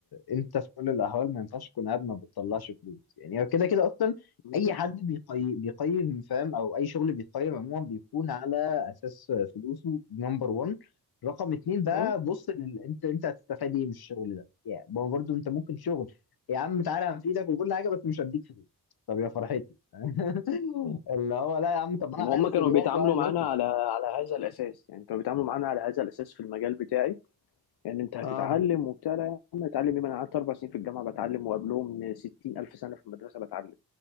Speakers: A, on the left; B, on the left.
A: انت في كل الاحوال ما ينفعش تكون قاعد ما بتطلعش فلوس يعني هو كده كده اصلا
B: بالظبط
A: اي حد بيقي- بيقيم فاهم او اي شغل بيقيم عموما بيكون على اساس فلوسه نمبر 1 رقم اتنين بقى
B: اه
A: بص لل... انت انت هتستفاد ايه من الشغل ده يعني ما هو برضه انت ممكن شغل يا عم تعالى هنفيدك وكل حاجه بس مش هديك فلوس طب يا فرحتي <laughs> اللي هو لا يا عم طب انا
B: ما
A: عليا
B: هم
A: مسؤوليات
B: كانوا بيتعاملوا
A: وعايز
B: معانا
A: اصرف
B: على على هذا الاساس يعني كانوا بيتعاملوا معانا على هذا الاساس في المجال بتاعي يعني انت هتتعلم
A: اه
B: وبتاع لا يا عم اتعلم ايه ما انا قعدت اربع سنين في الجامعه بتعلم وقبلهم 60000 الف سنه في المدرسه بتعلم